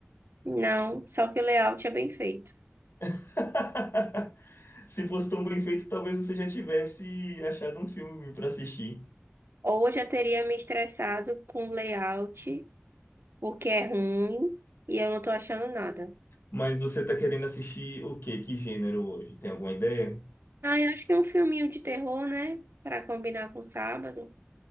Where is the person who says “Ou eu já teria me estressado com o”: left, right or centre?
Right